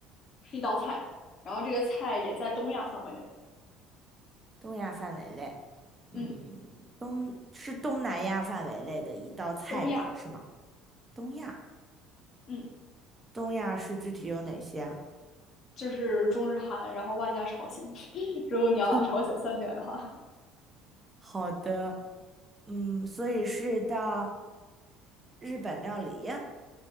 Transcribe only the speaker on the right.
东亚范围内。
嗯，东是东南亚范围内的一道菜名是吗？
东亚，
东亚是具体有哪些啊
<laughs> 好的，嗯，所以是到日本料理，